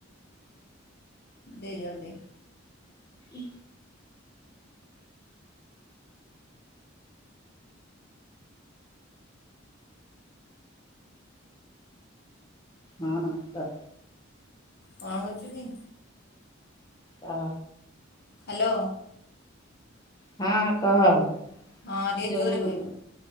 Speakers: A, on the left (about 55°); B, on the left (about 20°).
A: ଦେ ଜଲଦି।
B: ଉ ହଁ କ
A: କଣ କରଚୁ କି?
B: କହ।
A: ହାଲୋ।
B: ହଁ କହ।
A: ହଁ ଟିକେ
B: ଯୋଉ
A: ଜୋରେ କହିବୁ।